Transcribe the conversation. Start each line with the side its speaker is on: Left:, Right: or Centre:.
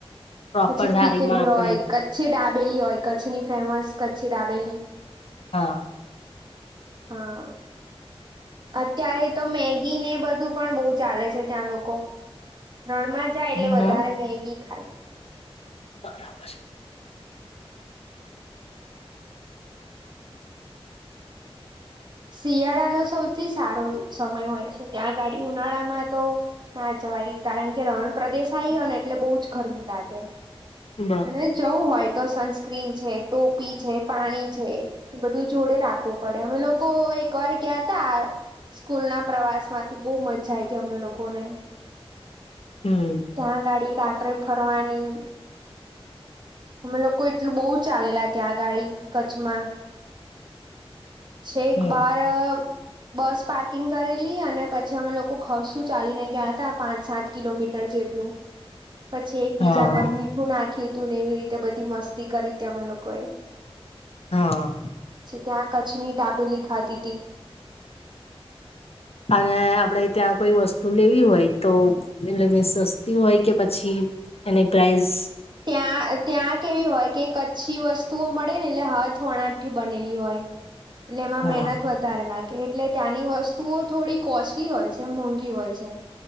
Left: પ્રોપર
Right: પછી
Left: થાળીમાં
Right: ખીચડી
Left: આપે
Right: હોય કચ્છી ડાબેલી હોય કચ્છની ફેમસ કચ્છી ડાબેલી.
Left: હા.
Right: હા અત્યારે તો મેગી ને બધું પણ બહ. ચાલે છે ત્યાં લોકો રણમાં જાય એટલે
Left: હમ
Right: વધારે મેગી ખાય.
Left: બરાબર છે.
Right: શિયાળાનો સૌથી સારો સમય હોય છે ત્યાં ગાડી ઉનાળામાં તો. ના જવાય કારણ કે રણ પ્રદેશ આયો ને એટલે બહુજ ગરમી લાગે.
Left: બ
Right: અને જવું હોય તો સનસ્ક્રીન છે ટોપી છે પાણી છે. એ બધું જોડે રાખવું પડે અમે લોકો એક વાર ગયા તા. સ્કૂલ ના પ્રવાસ માંથી બહુ મજા આવી હતી અમને લોકો ને.
Left: હમ.
Right: ત્યાં ગાડી રાત્રે ફરવાની. અમે લોકો એટલું બહુ ચાલેલા ત્યાં આ ગાડી કચ્છમાં. છે એક
Left: હમ
Right: બાર. બસ પાર્કિંગ કરેલી અને પછી અમે લોકો ખસું. ચાલીને ગયા હતા પાંચ સાત કિલોમીટર જેટલું પછી એકબીજા
Left: હા
Right: પર મી. નાખ્યું તું ને એવી રીતે બધી મસ્તી કરી હતી અમે લોકોએ.
Left: હ
Right: ત્યાં કચ્છની ડાબેલીી ખાતી હતી.
Left: અને આપડે ત્યાં કોઈ વસ્તુ લેવી હોય તો. એટલે સસ્તી હોય કે પછી એની પ્રઇસ.
Right: ત્યા ત્યા. કેવી હોય કે કચ્છી વસ્તુઓ મળે ને એટલે હાથ વણાટ થી બનેલી હોય. એટલે એમાં
Left: હા
Right: મહેનત વધ વધારે લાગે એટલે ત્યાંની વસ્તુઓ થોડી કોસ્ટલી હોય છે મોંઘી હોય છે.